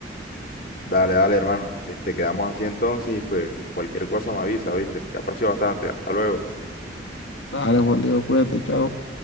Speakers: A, on the left; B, on the left.
A: Dale, dale, hermano. Este, quedamos así entonces y pues cualquier cosa me avisa, ¿viste? Te aprecio bastante. Hasta luego.
B: Dale, Juan Diego, cuídate, chao.